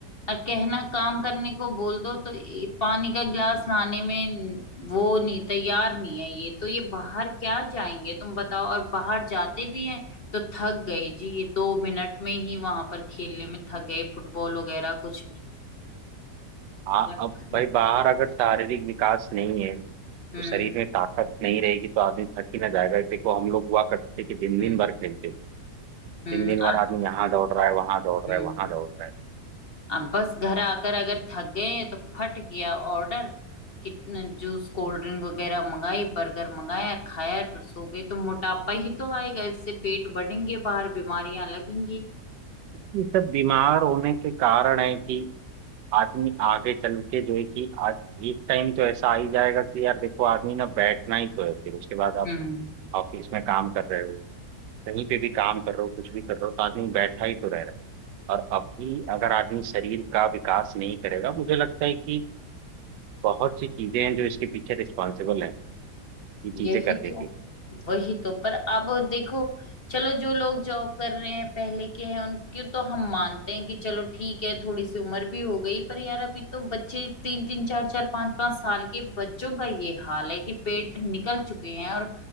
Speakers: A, on the left; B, on the right.
A: और कहना काम करने को बोल दो तो ये पानी का गिलास लाने में वो नहीं तैयार नहीं है ये तो ये बाहर क्या जाएंगे तुम बताओ और बाहर जाते भी हैं तो थक गए जी ये दो मिनट में ही वहां पर खेलने में थक गए फुटबॉल वगैरह कुछ भी
B: आ,
A: क्या
B: अब
A: करें
B: भाई बाहर अगर शारीरिक विकास नहीं है तो
A: हम्म
B: शरीर में ताकत नहीं रहेगी तो आदमी थक ही ना जाएगा देखो हम लोग हुआ करते थे कि दिन
A: हम्म
B: दिन भर खेलते थे दिन
A: हम्म
B: दिन भर
A: और
B: आदमी यहाँ दौड़ रहा है वहां दौड़ रहा
A: हम्म
B: है वहां दौड़ रहा है
A: अब बस घर आकर अगर थक गए तो फट किया ऑर्डर कितना जूस कोल्ड ड्रिंक वगैरह मंगाई बर्गर मंगाया और खाया और फिर सो गए तो मोटापा ही तो आएगा इससे पेट बढ़ेंगे बाहर बीमारियां लगेंगी
B: ये सब बीमार होने के कारण है कि आदमी आगे चल के जो है कि आज एक टाइम तो ऐसा आ ही जाएगा कि यार देखो आदमी ना बैठना ही तो है फिर उसके बाद आप
A: हम्म
B: ऑफिस में काम कर रहे हो कहीं पे भी काम कर रहे हो कुछ भी कर रहे हो तो आदमी बैठा ही तो रह रहा है और अभी अगर आदमी शरीर का विकास नहीं करेगा मुझे लगता है कि बहुत सी चीजें हैं जो इसके पीछे रिस्पॉन्सिबल हैं ये चीजें
A: यही
B: करने
A: तो
B: के
A: वही तो पर अब देखो चलो जो लोग जॉब कर रहे हैं पहले के हैं उनके तो हम मानते हैं कि चलो ठीक है थोड़ी सी उम्र भी हो गई पर यार अभी तो बच्चे तीन तीन चार चार पांच पांच साल के बच्चों का ये हाल है कि पेट निकल चुके हैं और